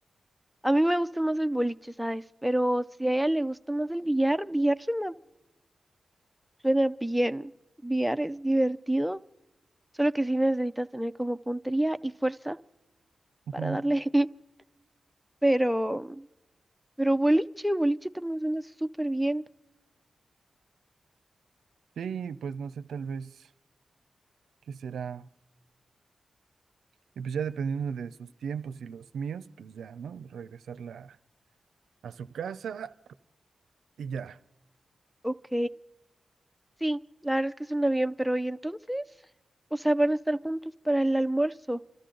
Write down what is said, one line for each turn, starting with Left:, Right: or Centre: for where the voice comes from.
Centre: A mí me gusta más el boliche, ¿sabes? Pero si a ella le gusta más el billar, billar suena, suena bien. Billar es divertido. Solo que sí necesitas tener como puntería y fuerza
Right: ujú.
Centre: para darle. <laughs> Pero, pero boliche, boliche también suena súper bien.
Right: sí, pues no sé, tal vez qué será, y pues ya dependiendo de sus tiempos y los míos, pues ya, ¿no? Regresarla a su casa y ya.
Centre: Ok. Sí, la verdad es que suena bien, pero ¿y entonces? O sea, van a estar juntos para el almuerzo